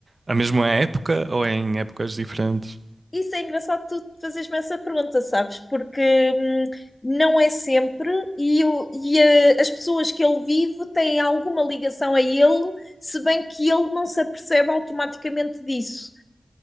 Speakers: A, on the right; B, on the left.
A: a mesma época ou em épocas diferentes.
B: Isso é engraçado tu fazeres-me essa pergunta, sabes? Porque hum, não é sempre, e, eu- e, eh, as pessoas que ele vive têm alguma ligação a ele, se bem que ele não se apercebe automaticamente disso.